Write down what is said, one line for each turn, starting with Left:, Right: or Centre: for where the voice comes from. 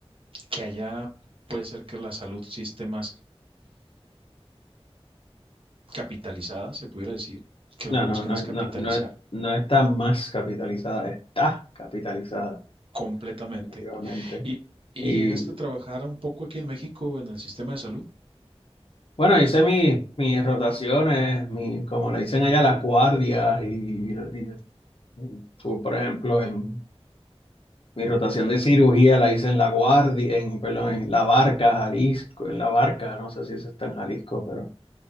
Right: que allá puede ser que la salud sí esté más capitalizada, se pudiera decir, que lo
Left: No,
Right: que buscan
Left: no, no,
Right: es capitalizar
Left: no, no, no está más capitalizada, está capitalizada,
Right: completamente.
Left: definitivamente.
Right: ¿Y, y
Left: Y
Right: llegaste a trabajar un poco aquí en México en el sistema de salud?
Left: bueno, hice mis, mis rotaciones, mi, como le dicen allá, las guardias. Y, y- y tú, por ejemplo, en mi rotación de cirugía la hice en la guardia, en, perdón, en La Barca, Jalisco, en La Barca, no sé si eso está en Jalisco, pero